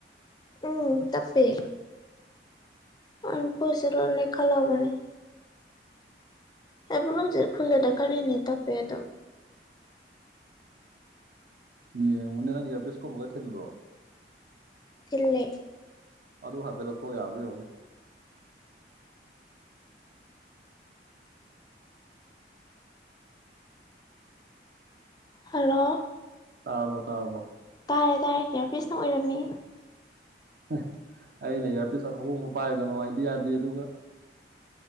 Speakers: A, on the left (about 25°); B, on the right (about 55°).
A: ꯎꯝ ꯇꯄꯦꯥ ꯑ ꯄꯩꯁꯥ ꯂꯣꯌ ꯂꯩꯈꯠꯂꯕꯅꯤ <inaudible> ꯑꯩ ꯕꯣꯂꯨꯃꯁꯦ ꯐꯨꯜꯗ ꯂꯩꯈꯠꯂꯤꯅꯤ ꯇꯥꯞ ꯄꯦꯗꯝ
B: ꯌꯦꯡꯉꯨꯅꯦ ꯅꯪ ꯑꯦꯌꯥꯔꯄꯤꯁꯀꯨꯝꯕꯒ ꯊꯤꯟꯕ꯭ꯔꯣ
A: ꯊꯤꯜꯂꯦ
B: ꯑꯗꯨ ꯍꯥꯏꯐꯦꯠ ꯂꯧꯊꯣꯛꯑ ꯌꯥꯕ꯭ꯔ ꯌꯦꯡꯉꯨꯅꯦ
A: ꯍꯜꯂꯣ
B: ꯇꯥꯔꯕꯣ ꯇꯥꯔꯕꯣ
A: ꯇꯥꯔꯦ ꯇꯥꯔꯦ ꯏꯌꯔ ꯄꯤꯁꯅ ꯑꯣꯏꯔꯝꯃꯤꯍꯦ
B: ꯍ ꯑꯩꯅ ꯏꯌꯔ ꯄꯤꯁ ꯑꯍꯣꯡꯕ ꯄꯥꯏ ꯒꯅꯣ ꯍꯥꯏꯗꯤ ꯌꯥꯗꯦ ꯑꯗꯨꯒ